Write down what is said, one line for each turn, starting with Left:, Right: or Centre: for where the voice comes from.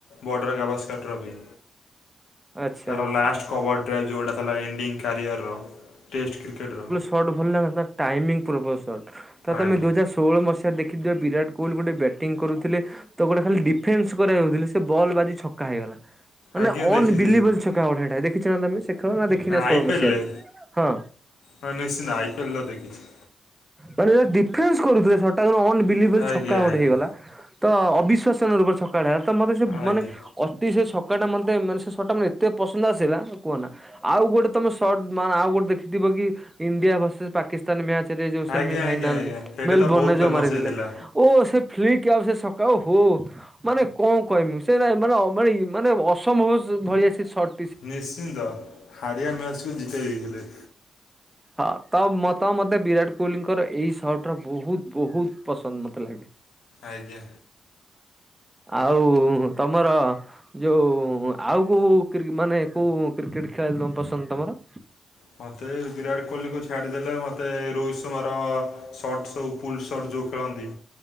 Left: ବର୍ଡ଼ର ଗା ଭସ୍କର ଟ୍ରଫି।
Right: ଆଚ୍ଛା
Left: ତାର
Right: ଆଚ୍ଛା
Left: ଲାଷ୍ଟ କଭଡ ଡ୍ରାଇ ଯଉଟା ଥିଲା ଏଣ୍ଡିଙ୍ଗ କ୍ୟାରିଅର ଟେଷ୍ଟ କ୍ରିକେଟ୍ ର।
Right: <unintelligible> ଟାଇମିଙ୍ଗ ପୂର୍ବ ସଟ୍ ତ
Left: ଆଜ୍ଞା
Right: ତମେ ଦୁଇ ହଜାର ସ ଷୋହଳ ମସିହା ଦେଖିିବଥିବେ ବିରାଟ କୋହଲି ଗୋଟେ ବ୍ୟାଟିଂଙ୍ଗ କରୁଥିଲେ। ତ ଗୋଟେ ଖାଲି ଡିଫେନ୍ସ କରିବାକୁ ଯାଉ ଥିଲେ ସେ ବଲ୍ ବାଜି ଛକା ହେଇଗଲା। ମାନେ
Left: ଆଜ୍ଞା ଦେଖିଛି
Right: ଅନ ବିଲିଂ
Left: ଦେଖିଛି
Right: ବିଲ୍ ଛକା ଗୋଟେ ହେଟା ଦେଖଛ ନା ତମେ ସେ ଖେଳ ନା ଦେଖିନା
Left: ଆଇ
Right: ଷୋହଳ
Left: ପି
Right: ମସିହାରେ।
Left: ଏଲ୍ରେ
Right: ହଁ।
Left: ହଁ ନିଶ୍ଚିତ ଆଇପିଏଲ୍ ତ ଦେଖିଛି।
Right: ମାନେ ଡିଫେନ୍ସ କରୁଥିଲେ ସଟ୍ ଟା କିନ୍ତୁ ଅନ୍ ବିଲିଭିଲ୍
Left: ଆଜ୍ଞା
Right: ଛକା ଗୋଟେ
Left: ଆଜ୍ଞା
Right: ହେଇଗଲା। ତ ଅବିଶ୍ଵାସ ରୂପରେ ଛକା ଟା ତ ମତେ ସେ
Left: ଆଜ୍ଞା
Right: ମାନେ ଅତି ସେ ଛକା ଟା ମତେ ମାନେ ସେ ସ ଟା ମତେ ଏତେ ପସନ୍ଦ ଆସିଲା କୁହନା ଆଉ ଗୋଟେ ତମ ସ। ସଟ୍ ମାନେ ଆଉ ଗୋଟେ ଦେଖିଥିବ କି ଇଣ୍ଡିଆ ଭରର୍ଷେସ ପାକି ସ୍ତାନ ମ୍ୟାଚରେ ଯଉ ସେମି
Left: ଆଜ୍ଞା
Right: ଫାଇନାଲରେ
Left: ଆଜ୍ଞା ଆଜ୍ଞା ସେଇଟା
Right: ମେଲ୍
Left: ତ
Right: ବର୍ଣ୍ଣ
Left: ବହୁତ ଫେମସ୍
Right: ଯଉ ମାରିଥିଲେ।
Left: ହେଇଥିଲା।
Right: ଓ ସେ ଫ୍ଲିକ ଆଉ ସେ ଛକା ଓହୋ। ମାନେ କଣ କହିବି ମୁଁ ସେରା ମାନେ ଅ ମାନେ ଇ ମାନେ ଅସମ୍ଭବ ଭଳିଆ ସେ ସଟ୍।
Left: ନିଶ୍ଚିନ୍ତ, ହାରିଆ ମ୍ୟାଚ୍ କୁ ଜିତେଇ ଦେଇଥିଲେ।
Right: ହଁ ତ ମ ତ ମତେ ବିରାଟ କୋହିଲିଙ୍କର ଏଇ ସର୍ଟ ରା ବହୁତ୍ ବହୁତ୍ ପସନ୍ଦ ମତେ ଲା
Left: ଆଜ୍ଞା।
Right: ଆଉ ତମର ଯୋଉ ଆଉ କୋଉ କ୍ରି ମାନେ କୋଉ କ୍ରିକେଟ୍ ଖେଳାଳି ତମ ପସନ୍ଦ ତମର?
Left: ମତେ ବିରାଟ କୋହିଲି କୁ ଛାଡ଼ିଦେଲେ ମୋତେ ରୋହିତ ଶର୍ମାର ସର୍ଟ ସବୁ ଫୁଲ୍ ସର୍ଟ ଯଉ ଖେଳନ୍ତି।